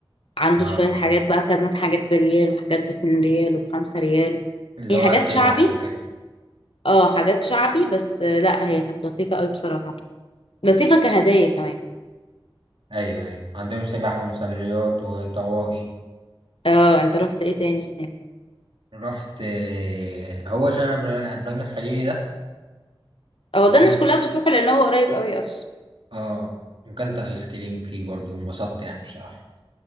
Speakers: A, on the left; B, on the right.
A: عنده
B: اه
A: شويه حاجات بقى كانت مثلا حاجات بريال وحاجات باتنين ريال وبخمسة ريال
B: اللي
A: هي
B: هو
A: حاجات
B: سبح
A: شعبي
B: وكده
A: اه حاجات شعبي بس آه، لا هي كانت لطيفه قوي بصراحه لطيفه كهدايا كمان
B: ايوه ايوه عندهم سبح ومصليات وطواقي
A: اه انت رحت ايه تاني هناك
B: رحت آه، هو شارع إبرا- ابراهيم الخليلي ده
A: اه
B: وكلت
A: ده الناس كلها بتروح لان هو قريب قوي اصلا
B: اه وكلت ايس كريم فيه برضه وانبسطت يعني بصراحة